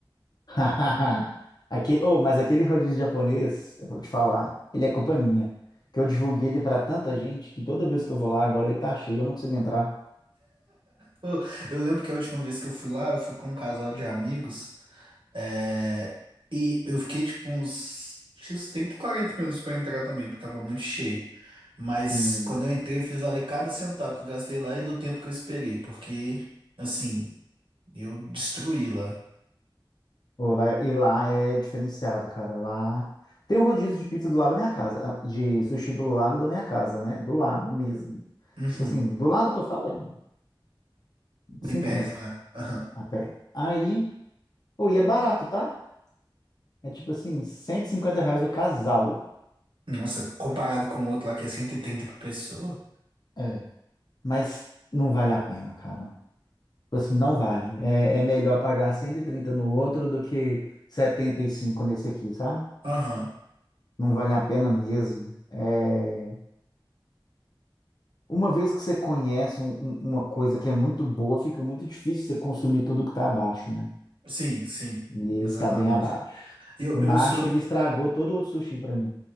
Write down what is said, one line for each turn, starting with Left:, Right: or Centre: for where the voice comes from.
Left: <laughs> Aquele, oh, mas aquele rodízio japonês, eu vou te falar, ele é culpa minha. Que eu divulguei ele para tanta gente que toda vez que eu vou lá agora ele tá cheio, eu não consigo entrar.
Right: Pô, Eu lembro que a última vez que eu fui lá, eu fui com um casal de amigos, é, e eu fiquei tipo uns, tinha uns 30, 40 minutos pra entrar também, porque tava muito cheio. Mas
Left: Sim.
Right: quando eu entrei, eu fiz valer cada centavo que eu gastei lá e do tempo que eu esperei, porque, assim, eu destruí lá.
Left: Ô, lá- é, E lá é diferenciado, cara. Lá tem um rodízio de pizza do lado da minha casa, ah, de sushi do lado da minha casa, né? Do lado mesmo.
Right: Uhum.
Left: Tipo assim, do lado que eu falo é
Right: Bem
Left: cinco
Right: perto,
Left: minutos
Right: né? Aham.
Left: a pé. Aí, pô, e é barato, tá? É tipo assim, 150 reais o casal.
Right: Nossa, comparado com o outro lá que é cento e trinta por pessoa?
Left: É. Mas não vale a pena, cara. Tipo assim, não vale. É, é melhor pagar 130 no outro do que 75 nesse aqui, sabe?
Right: Aham.
Left: Não vale a pena mesmo. É. Uma vez que você conhece um- um- uma coisa que é muito boa, fica muito difícil você consumir tudo que está abaixo, né?
Right: Sim, sim,
Left: E
Right: exatamente.
Left: está bem abaixo.
Right: Eu,
Left: O Nash,
Right: eu sou
Left: ele estragou todo o outro sushi para mim.